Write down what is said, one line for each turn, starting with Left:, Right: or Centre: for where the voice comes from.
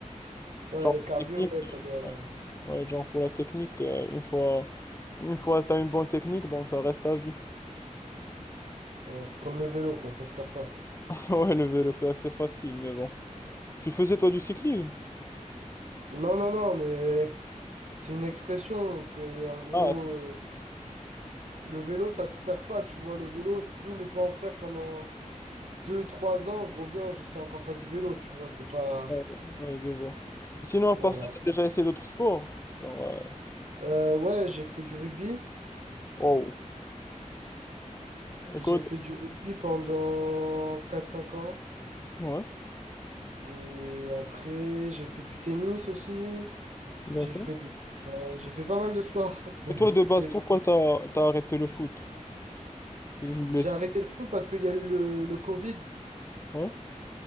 Right: Ouais,
Left: Genre,
Right: le cardio,
Left: la technique,
Right: ouais, ça doit...
Left: euh, ouais. Ouais, genre pour la technique, euh, une fois, une fois tu as une bonne technique, donc ça reste à vie.
Right: ouais, c'est comme le vélo, quoi, ça se perd pas.
Left: <laughs> Ouais, le vélo, c'est assez facile, mais bon. Tu faisais, toi, du cyclisme?
Right: Non, non, non, mais C'est une expression, c'est en gros,
Left: Ah, c'est-
Right: euh, le vélo, ça se perd pas, tu vois, le vélo, je peux ne pas en faire pendant deux trois ans, je reviens, je sais encore faire du vélo, tu vois, c'est pas...
Left: ouais, ouais, je vois. Sinon, à
Right: Voilà.
Left: part ça, t'as déjà essayé d'autres sports? Genre, euh,
Right: Euh, ouais, j'ai fait du rugby,
Left: wow. Écoute,
Right: j'ai fait du rugby pendant quatre cinq ans,
Left: ouais,
Right: et après, j'ai fait du tennis aussi,
Left: d'accord.
Right: j'ai fait de... la- euh, j'ai fait pas mal de sport. <laughs>
Left: Et toi, de base,
Right: J'ai
Left: pourquoi t'as t'as arrêté le foot? Parce que c'est une blessure.
Right: j'ai arrêté le foot parce qu'il y a eu le, le Covid,
Left: Ouais,